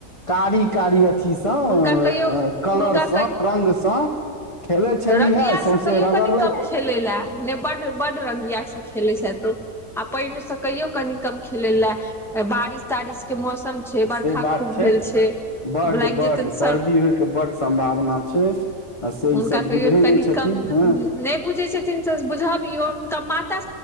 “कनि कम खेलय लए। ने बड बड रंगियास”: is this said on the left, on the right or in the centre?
Centre